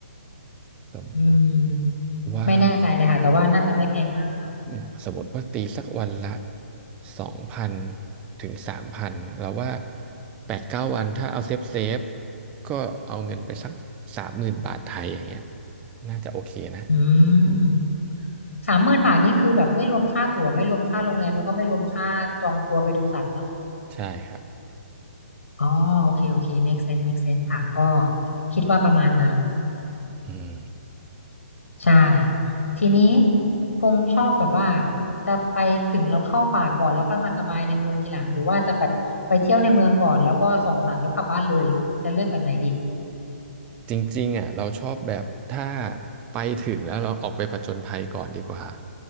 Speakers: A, on the right; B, on the left.
A: สมมติ
B: อืมไม่แน่ใจเลยค่ะแต่ว่าน่าจะไม่แพงมากนะคะ
A: ว่าอืมสมมติว่าตีสักวันละสองพันถึงสามพันเราว่าแปดเก้าวันถ้าเอาเซฟเซฟก็เอาเงินไปสักสามหมื่นบาทไทยอย่างเงี้ยน่าจะโอเคนะ
B: อืมสามหมื่นบาทนี่คือแบบไม่รวมค่าตั๋วไม่รวมค่าโรงแรมแล้วก็ไม่รวมค่าจองทัวร์ไปดูสัตว์เนาะ
A: ใช่ครับ
B: อ๋อโอเคโอเค make sense make sense ค่ะก็คิดว่าประมาณนั้น
A: อืม
B: ใช่ทีนี้พงษ์ชอบแบบว่าจะไปถึงเราเข้าป่าก่อนแล้วค่อยมาสบายในเมืองทีหลังหรือว่าจะแบบไปเที่ยวในเมืองก่อนแล้วก็ส่องสัตว์แล้วกลับบ้านเลยจะเลือกแบบไหนดี
A: จริงๆอ่ะเราชอบแบบถ้าไปถึงแล้วเราออกไปผจญภัยก่อนดีกว่า